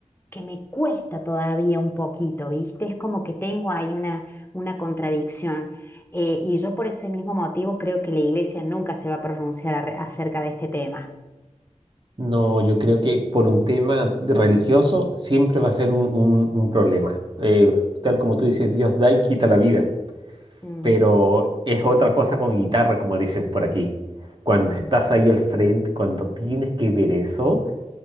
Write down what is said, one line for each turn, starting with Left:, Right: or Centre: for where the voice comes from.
Left: que me cuesta todavía un poquito, ¿viste? Es como que tengo ahí una, una contradicción. Eh, y yo por ese mismo motivo creo que la iglesia nunca se va a pronunciar arre- acerca de este tema.
Right: No, yo creo que por un tema de- religioso siempre va a ser un, un- un problema. Eh, tal como tú dices, Dios da y quita la vida.
Left: Mm,
Right: Pero es otra cosa con guitarra, como dicen por aquí. Cuando estás ahí al frente, cuando tienes que ver eso,